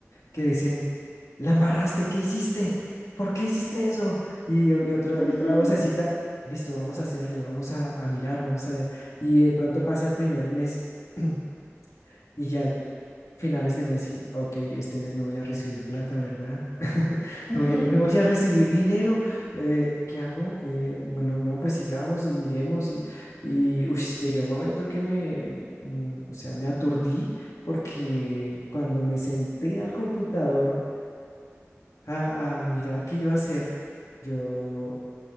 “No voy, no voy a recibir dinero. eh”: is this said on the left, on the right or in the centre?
Left